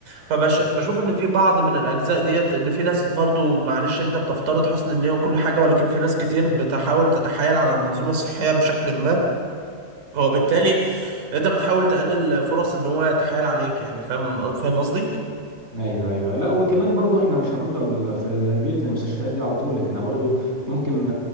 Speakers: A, on the right; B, on the right.
A: فبشوف ان في بعض من الاجزاء ديت ان في ناس برضو معلش انت بتفترض حسن النية وكل حاجة ولكن في ناس كتير بتحاول تتحايل على المنظومة الصحية بشكل ما هو بالتالي انت بتحاول تقلل فرص ان هو يتحايل عليك يعني فاهم فاهم قصدي؟
B: ايوه ايوه لا وكمان برضو احنا مش هنفضل في بيئه المستشفيات دي على طول احنا برضو ممكن